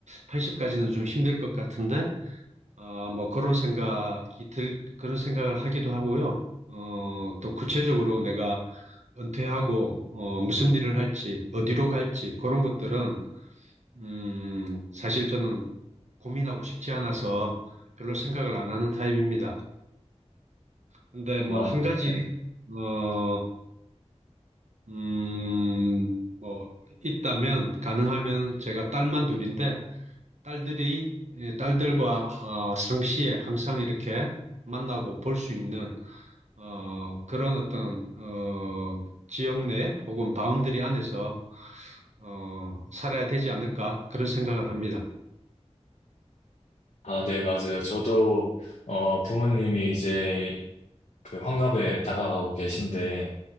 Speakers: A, on the right; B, on the left.
A: 팔십까지는 좀 힘들 것 같은데, 어, 뭐, 그런 생각이 들, 그런 생각을 하기도 하고요. 어, 또 구체적으로 내가 은퇴하고, 어, 무슨 일을 할지, 어디로 갈지, 그런 것들은, 음, 사실 저는 고민하고 싶지 않아서 별로 생각을 안 하는 타입입니다. 근데 뭐,
B: 아,
A: 한 가지,
B: 네.
A: 어, 음, 뭐, 있다면, 가능하면 제가 딸만 둘인데, 딸들이, 예, 딸들과, 어, 상시에 항상 이렇게 만나고 볼 수 있는, 어, 그런 어떤, 어, 지역 내 혹은 바운드리 안에서, 어, 살아야 되지 않을까, 그런 생각을 합니다.
B: 아, 네, 맞아요. 저도 어, 부모님이 이제 그 환갑에 다가가고 계신데